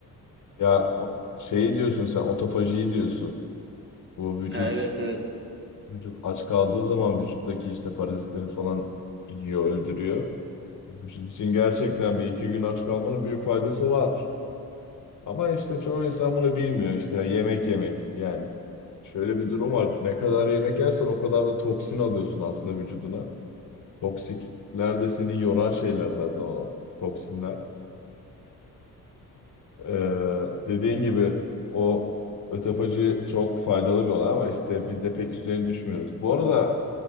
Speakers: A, on the left; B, on the right.
A: Ya o- şeyi diyorsun sen otofajiyi diyorsun. Bu vücut
B: Ha, evet evet.
A: vücut aç kaldığı zaman vücuttaki işte parazitleri falan yiyor, öldürüyor. Bu için gerçekten bir iki gün aç kalmanın büyük faydası var. Ama işte çoğu insan bunu bilmiyor işte yemek yemek. Yani şöyle bir durum var. Ne kadar yemek yersen o kadar da toksin alıyorsun aslında vücuduna. Toksikler de seni yoran şeyler zaten o toksinler. Ee, dediğin gibi o ötefacı çok faydalı bir olay ama işte biz de pek üstlerine düşmüyoruz. Bu arada